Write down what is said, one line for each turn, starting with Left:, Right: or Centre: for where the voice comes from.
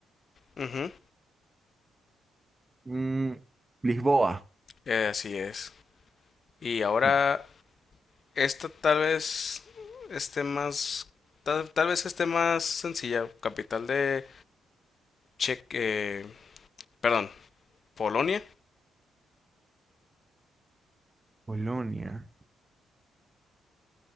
Left: ujú,
Right: Mm, Lisboa,
Left: eh, así es. Y ahora,
Right: No.
Left: esta tal vez esté más, tal, tal vez esté más sencilla. Capital de Che, eh, perdón, Polonia.
Right: Polonia.